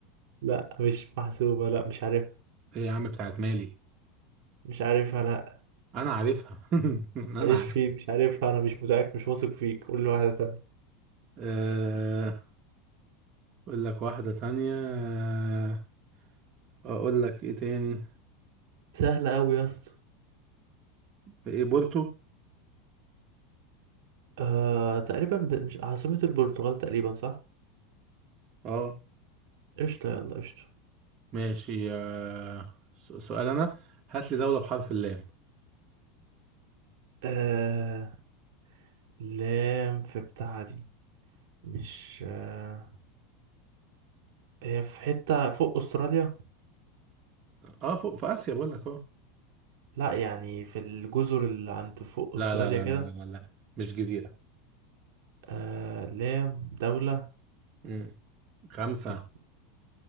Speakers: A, on the right; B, on the right.
A: لا مش محسوبة لا مش عارفها
B: ايه يا عم بتاعت مالي
A: مش عارفها لا
B: انا عارفها <laughs> انا
A: ماليش
B: عارف
A: فيه مش عارفها أنا مش متأكد مش واثق فيك قول لي واحدة تانية
B: آه اقول لك واحدة تانية آه، اقول لك ايه تاني
A: سهلة أوي يا اسطى
B: ايه بورتو
A: آه... تقريبا ب... مش عاصمة البرتغال تقريبا صح
B: اه
A: قشطة يلا قشطة
B: ماشي آه س- سؤال انا هات لي دولة بحرف اللام
A: آه... لام في بتاع دي مش آه... هي في حتة فوق أستراليا
B: اه فوق في اسيا بقول لك اه
A: لا يعني في الجزر اللي عند فوق
B: لا
A: أستراليا
B: لا لا
A: كده
B: لا لا لا لا مش جزيرة
A: آه لام دولة
B: مم. خمسة
A: لت...